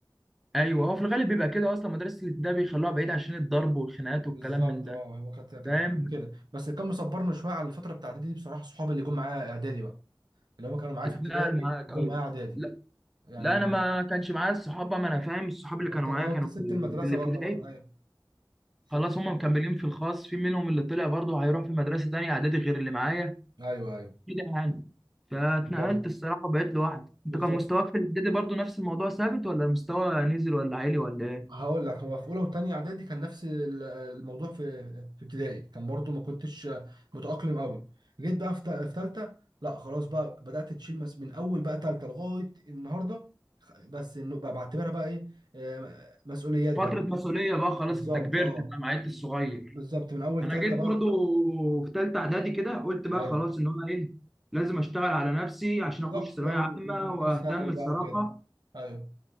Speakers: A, in the centre; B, on the right (about 65°).
A: ايوه هو في الغالب بيبقى كده اصلا مدرسه ده بيخلوها بعيد عشان الضرب والخناقات والكلام
B: بالظبط
A: من ده
B: اه هو كانت كانت
A: فاهم
B: كده بس اللي كان مصبرنا شوية على الفترة بتاع اعدادي دي بصراحة صحابي اللي جم معايا اعدادي بقى اللي هم كانوا معايا
A: اتنقل
B: في ابتدائي
A: معاك
B: وهم
A: ايوه
B: معايا اعدادي
A: لا
B: يعني
A: لا انا ما كانش معايا الصحاب بقى، ما انا فاهم الصحاب
B: ما
A: اللي كانوا
B: انت اه
A: معايا كانوا
B: انت سبت
A: في ال-
B: المدرسه
A: في الابتدائي
B: بقى خلاص ايوه سبت.
A: خلاص هم مكملين في الخاص في منهم اللي طلع برضه هيروح في مدرسه تانيه اعدادي غير اللي معايا
B: ايوه ايوه
A: كده يعني فاتنقلت
B: بالظبط
A: الصراحة وبقيت لوحدي
B: بالظبط
A: انت كان مستواك في الإعدادي برضو نفس الموضوع ثابت ولا المستوى نزل ولا عالي ولا ايه؟
B: هقول لك هو في اولى وثانيه اعدادي كان نفس ال- الموضوع في في ابتدائي كان برضو ما كنتش متاقلم قوي جيت بقى في ثالثه لا خلاص بقى بدات تشيل مس من اول بقى ثالثه لغايه النهارده خ- بس انه بقى بعتبرها بقى ايه آه، مسؤوليات
A: فترة
B: بقى
A: مسؤولية بقى خلاص
B: بالظبط
A: انت كبرت
B: اه
A: بقى ما عدتش صغير
B: بالظبط من اول
A: انا
B: ثالثه
A: جيت
B: بقى
A: برضو في تالتة اعدادي كده قلت بقى
B: ايوه
A: خلاص ان انا ايه لازم اشتغل على نفسي عشان
B: بالظبط
A: اخش ثانوية
B: بقى
A: عامة
B: و- وتجيب
A: واهتم
B: ثانوي
A: الصراحة
B: بقى وكده ايوه